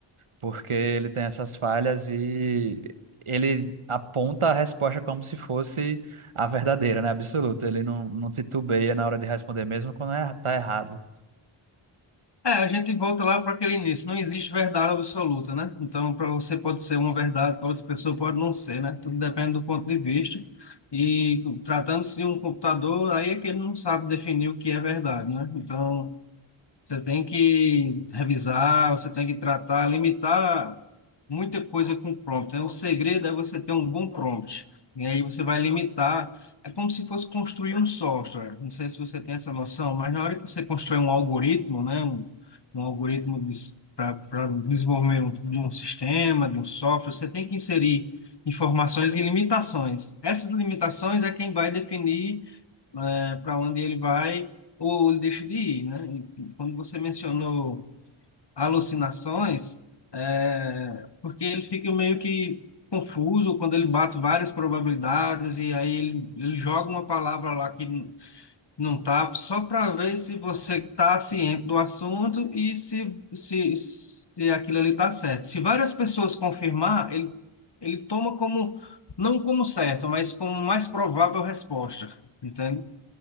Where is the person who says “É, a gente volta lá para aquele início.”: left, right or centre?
Left